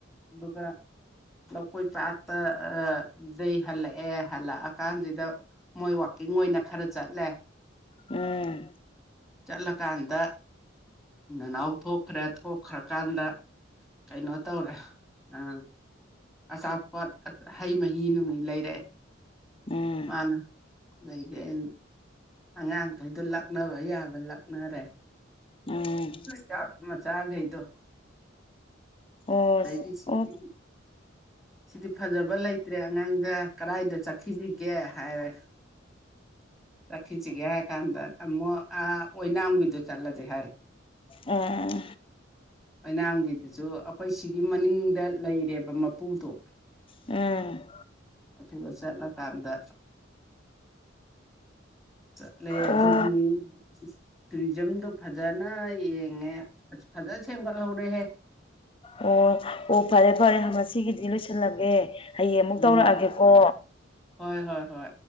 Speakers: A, in the centre; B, on the left (about 30°).
A: ꯑꯗꯨꯒ ꯂꯧꯀꯣꯏ ꯄꯥꯠꯇ ꯑ ꯗꯩ ꯍꯜꯂꯛꯑꯦ ꯍꯜꯂꯛꯑꯀꯥꯟꯖꯤꯗ ꯃꯣꯏ ꯋꯥꯛꯀꯤꯡ ꯑꯣꯏꯅ ꯈꯔ ꯆꯠꯂꯦ
B: ꯑꯦ
A: ꯆꯠꯂꯀꯥꯟꯗ ꯅꯅꯥꯎ ꯊꯣꯛꯈ꯭ꯔꯦ ꯊꯣꯛꯈ꯭ꯔꯀꯥꯟꯗ ꯀꯩꯅꯣ ꯇꯧꯔꯦ ꯎ ꯑꯆꯥꯄꯣꯠ ꯍꯩ ꯃꯍꯤ ꯅꯨꯡꯃꯩ ꯂꯩꯔꯦ
B: ꯎꯝ
A: ꯃꯥꯅ ꯂꯤꯗꯦꯑꯩꯅ ꯑꯉꯥꯡꯈꯩꯗꯣ ꯂꯛꯅꯕ ꯌꯥꯕ ꯂꯛꯅꯔꯦ
B: ꯎꯝ
A: ꯆꯥꯥꯛ ꯑꯃ ꯆꯥꯒꯩꯏꯗꫭ
B: ꯑꯣ
A: ꯇꯩꯗꯤ ꯁꯤꯃꯤꯟ
B: ꯑꯣ
A: ꯁꯤꯗꯤ ꯐꯖꯕ ꯂꯩꯇ꯭ꯔꯦ ꯑꯉꯥꯡꯗ ꯀꯗꯥꯏꯗ ꯆꯠꯈꯤꯁꯤꯒꯦ ꯍꯥꯏꯔꯦ ꯆꯈꯤꯁꯤꯒꯦ ꯍꯥꯏ ꯀꯥꯟꯗ ꯑꯃꯛ ꯑ ꯑꯣꯏꯅꯥꯝꯒꯤꯗꯣ ꯆꯠꯂꯁꯦ ꯍꯥꯏꯔꯦ
B: ꯑꫭ
A: ꯑꯣꯏꯅꯥꯝꯒꯤꯗꯨꯁꯨ ꯑꯩꯈꯣꯏ ꯁꯤꯒꯤ ꯃꯅꯤꯡꯗ ꯂꯩꯔꯦꯕ ꯃꯄꯨꯗꯣ
B: ꯎꯝ
A: ꯑꯗꯨꯒ ꯆꯠꯂꯀꯥꯟꯗ ꯆꯠꯂꯦ
B: ꯑꯣ
A: ꯑꯗꯨꯒꯤ <unintelligible> ꯇꯨꯔꯤꯖꯝꯗꯣ ꯐꯖꯅ ꯌꯦꯡꯉꯦ ꯐꯖꯅ ꯁꯦꯝꯒꯠꯍꯧꯔꯦꯍꯦ
B: ꯑꯣ ꯑꯣ ꯐꯔꯦ ꯐꯔꯦ ꯉꯁꯤꯒꯤꯗꯤ ꯂꯣꯏꯁꯤꯜꯂꯒꯦ ꯍꯌꯦꯡ ꯑꯃꯨꯛ
A: ꯎꯝ
B: ꯇꯧꯔꯛꯑꯒꯦꯀꯣ
A: ꯍꯣꯏ ꯍꯣꯏ ꯍꯣꯏ